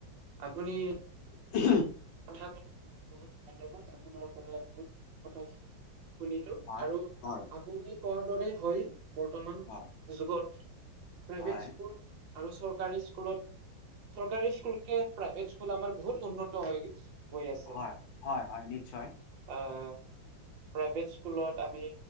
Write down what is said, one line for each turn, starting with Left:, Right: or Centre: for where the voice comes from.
Right: আপুনি
Left: উ
Right: কথা বহুত ধন্যবাদ আপোনাৰ পৰা বহুত কথা শিক শুনিলো
Left: হয়
Right: আৰু
Left: হয়
Right: আপুনি কোৱাৰ দৰে হয় বৰ্তমান
Left: হয়
Right: যুগত প্ৰাইভেট
Left: হয়
Right: স্কুল আৰু চৰকাৰী স্কুলত চৰকাৰী স্কুল কে প্ৰাইভেট স্কুল আমাৰ বহুত উন্নত হৈ গ হৈ আছে
Left: হয় হয় হয় নিশ্চয়
Right: আহ প্ৰাইভেট স্কুলত আমি